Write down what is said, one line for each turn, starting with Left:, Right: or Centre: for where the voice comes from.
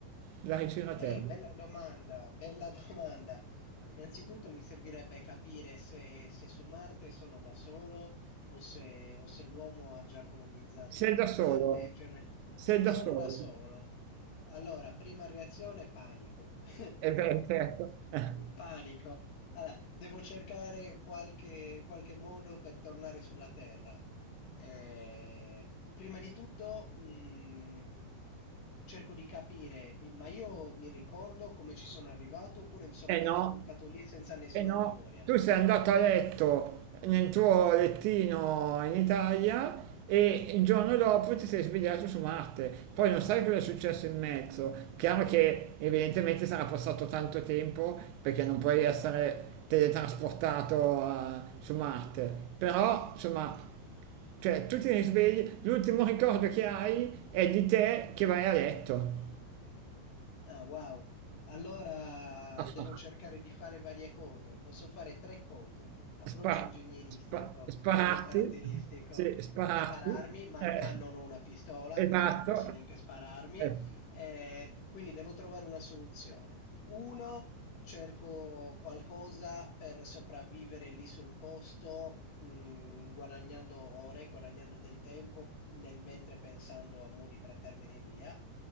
Right: La ricerca
Left: Eh,
Right: a te.
Left: bella domanda, bella <laughs> domanda. Innanzitutto mi servirebbe capire se, se su Marte sono da solo o se, o se l'uomo ha già colonizzato
Right: Sei da solo,
Left: Marte, cioè ne-
Right: sei da
Left: sono
Right: solo.
Left: da solo. Allora, prima reazione, panico. <laughs>
Right: E beh, certo. <laughs>
Left: Panico. Allora, devo cercare qualche, qualche modo per tornare sulla Terra. Ehm, prima di tutto, mhmm, cerco di capire, i ma io mi ricordo come ci sono arrivato oppure mi sono
Right: Eh
Left: catapultato
Right: no,
Left: lì senza nessuna
Right: eh no,
Left: memoria?
Right: tu sei andato a letto nel tuo lettino in Italia e il giorno dopo ti sei svegliato su Marte. Poi non sai cosa è successo in mezzo. Chiaro che evidentemente sarà passato tanto tempo perché non puoi essere teletrasportato a- su Marte. Però, insomma, cioè, tu ti risvegli, l'ultimo ricordo che hai è di te che vai a letto.
Left: Ah, wow. Allora
Right: <laughs>
Left: devo cercare di fare varie cose. Posso fare tre cose. Approccio
Right: Spa
Left: ingegneristico
Right: spa sparati,
Left: come mio caratteristico.
Right: sì, sparati,
Left: Spararmi, ma,
Right: eh.
Left: ma non ho una pistola,
Right: Esatto.
Left: quindi non posso neanche spararmi.
Right: Eh,
Left: Eh, quindi devo trovare una soluzione. Uno, Cerco qualcosa per sopravvivere lì sul posto, mhmm, guadagnando ore, guadagnando del tempo, nel mentre pensando a modi per andarmene via.